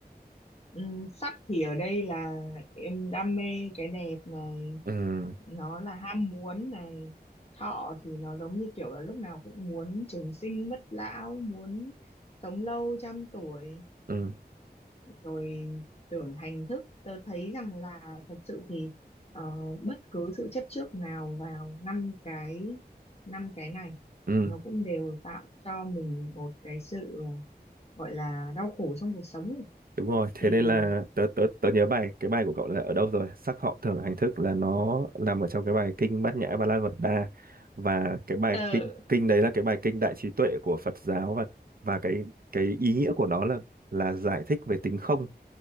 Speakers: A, on the left; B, on the right.
A: ừm, sắc thì ở đây là em đam mê cái đẹp này
B: Ừ
A: nó là ham muốn này thọ thì nó giống như kiểu là lúc nào cũng muốn trường sinh bất lão muốn sống lâu trăm tuổi
B: ừ
A: rồi tưởng hành thức tớ thấy rằng là thật sự thì ờ, bất cứ sự chấp trước nào vào năm cái năm cái này
B: ừ
A: nó cũng đều tạo cho mình một cái sự ờ, gọi là đau khổ trong cuộc sống ấy
B: Đúng rồi, thế
A: thì
B: nên là tớ, tớ, tớ nhớ bài cái bài của cậu là ở đâu rồi? Sắc họ thường hành thức là nó nằm ở trong cái bài kinh Bát Nhã Ba La Mật Đa và cái bài
A: ờ
B: kinh kinh đấy là cái bài kinh đại trí tuệ của Phật giáo và và cái cái ý nghĩa của nó là là giải thích về tính không.